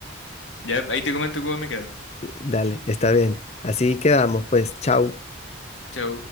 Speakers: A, on the left; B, on the left.
A: Ya, ahí te comento cómo me queda.
B: Dale, está bien. Así quedamos, pues, chao.
A: Chao.